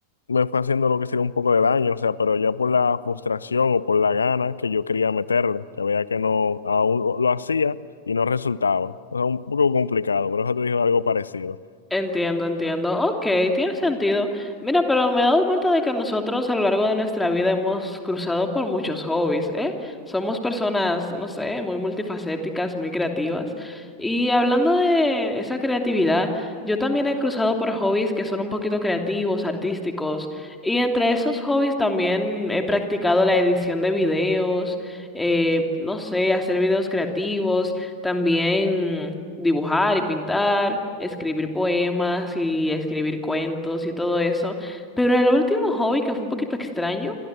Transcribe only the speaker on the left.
me fue haciendo lo que sería un poco de daño, o sea, pero ya por la frustración o por la gana que yo quería meterle, que veía que no, aún lo hacía y no resultaba. O sea, un poco complicado, por eso te digo algo parecido.